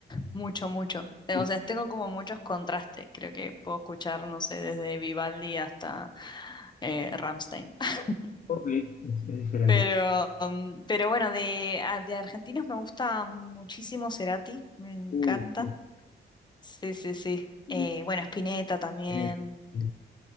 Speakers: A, on the left; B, on the left.
A: Mucho, mucho. Eh,
B: Sí.
A: O sea, tengo como muchos contrastes. Creo que puedo escuchar, no sé, desde Vivaldi hasta eh, Rammstein. <laughs>
B: Ok, es, es diferente.
A: Pero, um, pero bueno, de, a- de argentinos me gusta muchísimo Cerati, me encanta.
B: Uh, sí,
A: Sí, sí, sí.
B: sí,
A: Eh, bueno, Spinetta también.
B: diferente, sí.